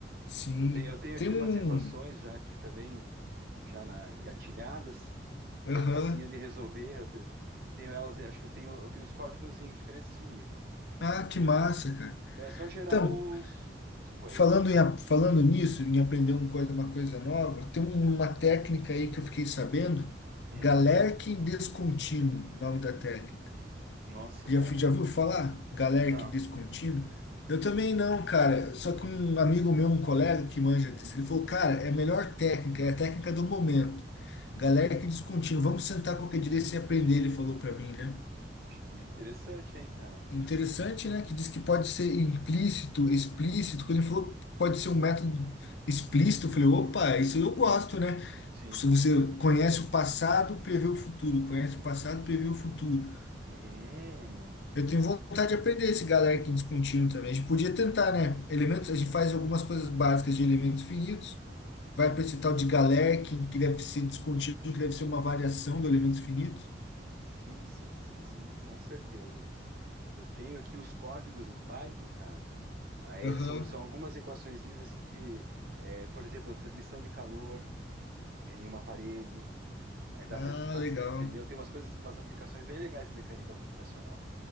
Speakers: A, on the left; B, on the right.
A: Sim,
B: Eu tenho, eu tenho
A: tem
B: aqui
A: um.
B: umas equações já aqui também, já na, engatilhadas,
A: Aham.
B: que é facinho de resolver. Eu te- tenho elas, acho que eu tenho, eu tenho os códigos em diferenças finitas.
A: Ah, que massa, cara.
B: Então é só gerar
A: Então,
B: os, as coisas.
A: Falando em, a- falando nisso, em aprender uma coisa, uma coisa nova, tem um, uma técnica aí que eu fiquei sabendo,
B: Hum.
A: Galerkin descontínuo, nome da técnica.
B: Nossa,
A: Já,
B: cara.
A: fui- já viu falar? Galerkin
B: Não,
A: descontínuo? Eu também não, cara. Só que um amigo meu, um colega que manja disso, ele falou, cara, é a melhor técnica, é a técnica do momento. Galerkin descontínuo. Vamos sentar qualquer dia desse e aprender, ele falou para mim, né?
B: acho que é interessante, hein, cara.
A: Interessante, né? Que diz que pode ser implícito, explícito. Quando ele falou que pode ser um método explícito, eu falei, opa, isso eu gosto, né?
B: Sim.
A: Se você conhece o passado, prevê o futuro. Conhece o passado, prevê o futuro.
B: Uhum.
A: Eu tenho vontade de aprender esse galera que descontínuo também. A gente podia tentar, né? Elementos, a gente faz algumas coisas básicas de elementos finitos,
B: Sim.
A: vai para esse tal de Galerkin, que deve ser descontínuo, que deve ser uma variação do elementos finitos.
B: Sim, sim, sim, sim, com certeza. Eu tenho aqui os códigos em Python, cara. Aí
A: Aham.
B: são, são algumas equaçõezinhas assim que, é, por exemplo, a transmissão de calor em uma parede, Aí dá
A: Ah,
B: para a gente fazer,
A: legal.
B: entendeu? Tem umas coisas, umas aplicações bem legais em mecânica computacional.